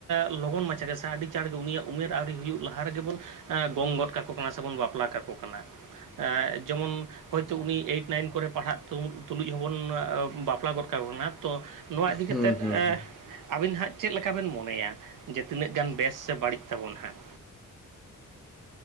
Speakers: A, on the right (about 85°); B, in the centre.
A: ᱞᱚᱜᱚᱱ ᱢᱟᱪᱷᱟ ᱜᱮ ᱥᱮ ᱟᱹᱰᱤ ᱪᱟᱬ ᱜᱮ ᱩᱱᱤᱭᱟᱜ ᱩᱢᱮᱨ ᱟᱹᱣᱨᱤ ᱦᱩᱭᱩᱜ ᱞᱟᱦᱟ ᱨᱮᱜᱮ ᱵᱚᱱᱼᱼ ᱜᱚᱝ ᱜᱚᱫ ᱠᱟᱠᱚ ᱠᱟᱱᱟ ᱥᱮ ᱵᱚᱱ ᱵᱟᱯᱞᱟ ᱠᱟᱠᱚ ᱠᱟᱱᱟ ᱡᱮᱢᱚᱱ᱾ ᱦᱳᱭᱛᱳ ᱩᱱᱤ ᱮᱭᱤᱴ ᱱᱟᱭᱤᱱ ᱠᱚᱨᱮ ᱯᱟᱲᱦᱟᱜ ᱛᱩᱞᱩᱡ ᱦᱚᱸᱵᱚᱱ ᱵᱟᱯᱞᱟ ᱜᱚᱫ ᱠᱟᱠᱳ ᱠᱟᱱᱟ ᱛᱚᱼᱼ ᱱᱚᱣᱟ ᱤᱫᱤ
B: ᱦᱩᱸ
A: ᱠᱟᱛᱮᱫ
B: ᱦᱩᱸ
A: ᱮᱼᱼ
B: ᱦᱩᱸ
A: ᱟᱵᱤᱱ ᱦᱟᱸᱜ ᱪᱮᱫ ᱞᱮᱠᱟ ᱵᱤᱱ ᱢᱚᱱᱮᱭᱟ ᱡᱮ ᱛᱤᱱᱟᱹᱜ ᱜᱟᱱ ᱵᱮᱥ ᱥᱮ ᱵᱟᱹᱲᱤᱡ ᱛᱟᱵᱚᱱ ᱦᱟᱸᱜᱼᱼ